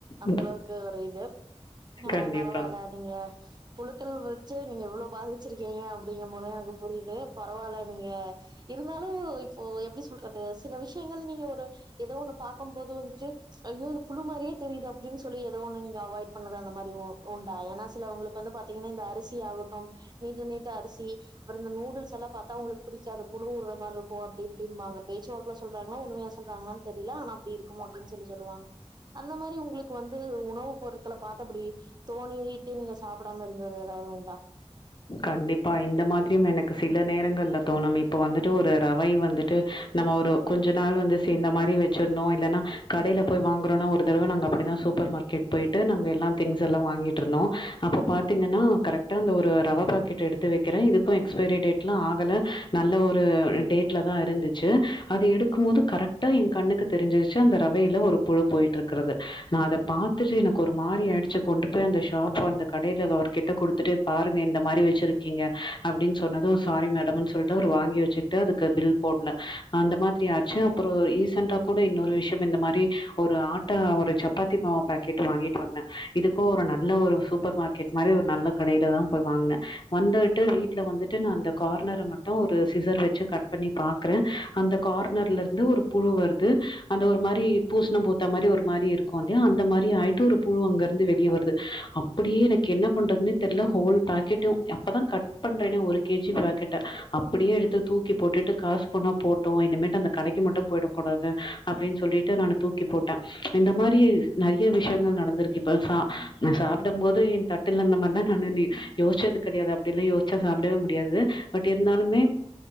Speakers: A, on the right (about 40°); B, on the left (about 45°).
A: அந்த
B: ம்
A: அளவுக்கு ஒரு இது ஆ
B: கண்டிப்பா
A: பரவாயில்ல நீங்க புழுக்கள் வச்சு நீங்க இவ்ளோ பாதிச்சிருக் கீங்க அப்டிங்க போது எனக்கு புரியுது பரவால்ல நீங்க இருதாலும் இப்ப எப்டி சொல்றது சில விஷங்கள் நீங்க ஒரு ஏதோ ஒன்னு பாக் கும் போது வந்துட்டு ஐயோ இது புழு மாரியே தெரியது அப்டினு சொல்லி ஏதோ ஒன்னு நீங்க அவாய்ட் பண்ணது அந்த மாரி உண்டா ஏனா சில அவுங்களுக்கு வந்து பாதீங்கனா இந்த அரிசி ஆகட்டும் நீட்ட நீட்ட அரிசி அப்புறம் இந்த நூடுல்ஸ்லா பாத்தா உங்களுக்கு புடிகாது புழுஊடுற மாரி இருக்கும் அப்டி இப்டிபாங்க பேசுவாக்குல சொல்றாங்களா உண்மைய சொல்றாங்களான்னு தெரியல ஆனா அப்டி இருக்குமோ அப்டின்னு சொல்லி சொலுவாங்க அந்த மாரி உங்களுக்கு வந்து உணவு பொருட்கள பாத்து அப்டி தோனிட்டு நீங்க சாபிடாம இருந்தது ஏதாது உண்டா
B: கண்டிப்பா இந்த மாதிரி எனக்கு சில நேரங்கள்ல தோனும் இப்ப வந்துட்டு ஒரு ரவை வந்துட்டு நம்ம ஒரு கொஞ்ச நாள் வந்து சேர்ந்த மாரி வசிருந்தோம் இல்லனா கடையில போய் வாங்குறோம்னா ஒரு தடவ நாங்க அப்படிதான் சூபர் மார்கெட் போய்ட்டு நாங்கலாம் திங்ஸ்லாம் வாங்கிட்டு இருந்தோம் அப்ப பாத்தீங்கனா கரெக்ட்டா அந்த ஒரு ரவ பாக்கெட் எடுத்து வக்கிறேன் எதுக்கும் எக்ஸ்பியர் டேட்லாம் ஆகல நல்ல ஒரு டேட்ல தான் இருந்துச்சு அது எடுக்கும் போது கரெக்ட்டா என் கண்ணுக்கு தெரிஞ்சுரிச்சு அந்த ரவயில ஒரு புழு போய்ட்டு இருக்கிறது நான்அத பாத்துட்டு எனக்கு ஒரு மாரி ஆச்சு கொண்டு போய் அந்த ஷாப் அந்த கடையில அவர் கிட்ட குடுதுட்டு பாருங் இந்த மாரி வச்சிருக்கீங்க அப்டினு சொன்னதும் சாரி மேடம்ன்னு சொல்ட்டு அவரு வாங்கி வச்சுட்டு அதுக்கு பில் போடல அந்த மாரி ஆச்சு அப்புறோம் ரீசண்டா கூட இன்னொரு விஷயம் இந்த மாரி ஒரு ஆட்டா ஒரு சப்பாதி மாவூ பாக்கெட் வாங்கிட்டு வந்தேன் இதுக்கும் ஒரு நல்ல ஒரு சூப்பர் மார்கெட் மாரி ஒரு நல்ல கடையில தான் போய் வாங்னேன் வந்துட்டு வீட்ல வந்துட்டு நான் அந்த கார்னர்ல மட்டும் ஒரு சிசர் வச்சு கட் பண்ணி பாக்குறேன் அந்த கார்னர்ல இருந்து ஒரு புழு வருது அந்த ஒரு மாரி பூசண பூத்த மாரி ஒரு மாரி இருக்குலையா அந்த மாரி ஆயிட்டு ஒரு புழு அங்க இருந்து வெளிய வருது அப்டியே எனக்கு என்ன பண்றதுனே தெரியில ஹோல் பாக்கெட்டும் அப்பதான் கட் பண்றேனே ஒரு கே ஜி பாக்கெட்ட அப்டியே எடுத்து தூக்கி போட்டுட்டு காசு போனா போட்டும் இனிமே அந்த கடைக்கு மட்டும் போயிட கூடாது அப்டின்னு சொல்லிட்டு நான் தூக்கி போட்டேன் இந்த மாரி நெறைய விஷயங்கள் நடந்திருக்கு இப்ப நான் சாபிடும் போது என் தட்டுல இந்த மாரிதான் கணாடனே யோசிசச்து கெடையாது அப்டிலாம் யோசிச்சா சாபிடவே முடியாது பட் இருதாலுமே